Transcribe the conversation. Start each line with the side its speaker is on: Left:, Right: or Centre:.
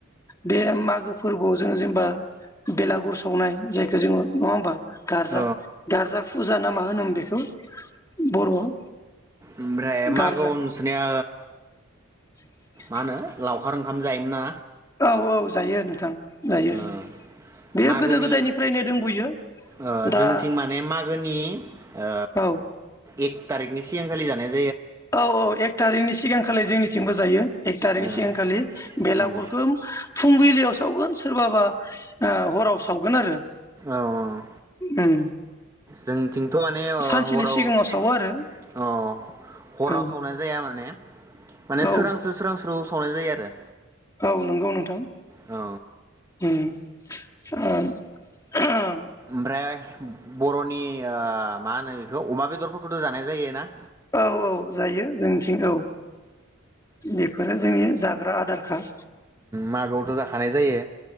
Left: बे मागो फोरबोआव जोङो जों बा बेलागुर सावनाय जायखौ जोङो नङा होमबा गारजा
Right: औ
Left: गारजा फुजा ना मा होनोमोन बेखौ बर'आव
Right: ओमफ्राय मागो
Left: गारजा
Right: आव नोंसिनिया
Left: <inaudible>
Right: मा होनो लावखार ओंखाम जायोमोन ना
Left: औ औ जायो नोंथां। जायो
Right: ओ
Left: बेयो
Right: मागोनि
Left: गोदो गोदायनिफ्रायनो दंबोयो
Right: ओ
Left: दा
Right: जोंथिं माने मागोनि ओ
Left: औ
Right: एक थारिखनि सि <unintelligible> जानाया
Left: औ औ एक थारिखनि सिगांखालि जोंनि बिथिंबो जायो एक थारिनि
Right: ओ
Left: सिगांखालि बेलागुरखो
Right: उम
Left: फुंबिलियाव सावगोन सोरबाबा आ हराव सावगोन आरो
Right: औ औ
Left: उम
Right: जोंथिंथ माने ओ
Left: सानसेनि
Right: हराव
Left: सिगाङाव
Right: अ
Left: सावो आरो
Right: अराव
Left: औ
Right: सावनाय जाया माने माने
Left: औ
Right: सोरां सु सोरां सु <inaudible> संनाय जायो आरो
Left: औ नोंगौ नोंथां
Right: औ
Left: उम आ <unintelligible>
Right: ओमफ्राय बर'नि ओ मा होनो बेखौ अमा बेदरफोरखौथ' जानाय जायोना?
Left: औ औ जायो जोंथिं औ बेफोरो जोंनि जाग्रा आदार का
Right: मागोआवथ' जाखानाय जायो